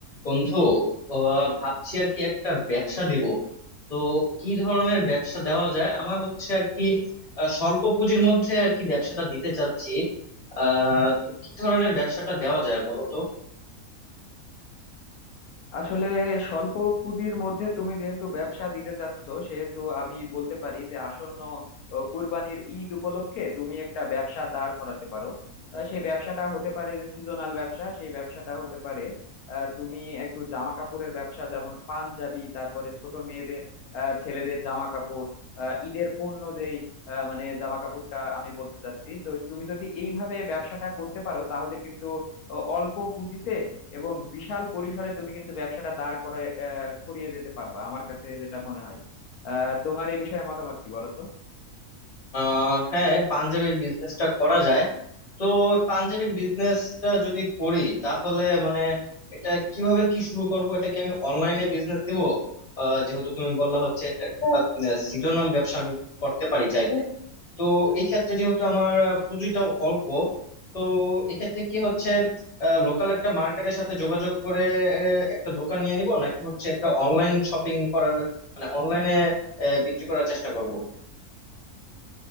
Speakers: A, on the left; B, on the left.
A: বন্ধু আহ, ভাবছি আর কি একটা ব্যবসা দিব তো কি ধরনের ব্যবসা দেওয়া যায় আমার হচ্ছে আর কি আহ, স্বল্প পুঁজির মধ্যে আর কি ব্যবসাটা দিতে চাচ্ছি আহ তো কি ধরনের ব্যবসাটা দেওয়া যায় বলো তো
B: আসলে স্বল্প পুঁজির মধ্যে তুমি যেহেতু ব্যবসা দিতে চাচ্ছ সেহেতু আমি বলতে পারি যে আসন্ন ও, কুরবানির ঈদ উপলক্ষে তুমি একটা ব্যবসা দাঁড় করাতে পারো আহ, সেই ব্যবসাটা হতে পারে যে সিজনাল ব্যবসা সেই ব্যবসাটা হতে পারে আহ, তুমি একটু জামা কাপড়ের ব্যবসা যেমন পাঞ্জাবি তারপরে ছোট মেয়েদের আহ, ছেলেদের জামা কাপড় আহ, ঈদের পণ্য যেই আহ, মানে জামা কাপড়টা আমি বলতে চাচ্ছি তো তুমি যদি এইভাবে ব্যবসাটা করতে পারো তাহলে কিন্তু আহ, অল্প পুঁজিতে এবং বিশাল পরিসরে তুমি কিন্তু ব্যবসাটা দাঁড় করে আহ করিয়ে যেতে পারবা আমার কাছে যেটা মনে হয় আহ তোমার এ বিষয়ে মতামত কি বলো তো
A: আহ হ্যাঁ পাঞ্জাবির বিজনেসটা করা যায় তো পাঞ্জাবির বিজনেসটা যদি করি তাহলে মানে এটা কিভাবে কি শুরু করব এটা কি আমি অনলাইনে বিজনেস দিব আহ যেহেতু তুমি বললা হচ্ছে এটা একটা সিজনাল ব্যবসা আমি করতে পারি চাই তো এই ক্ষেত্রে যেহেতু আমার আহ, পুঁজিটাও অল্প তো এক্ষেত্রে কি হচ্ছে লোকাল একটা মার্কেটের সাথে যোগাযোগ করে আহ, একটা দোকান নিয়ে নিব নাকি হচ্ছে একটা অনলাইন শপিং করার মানে অনলাইনে বিক্রি করার চেষ্টা করব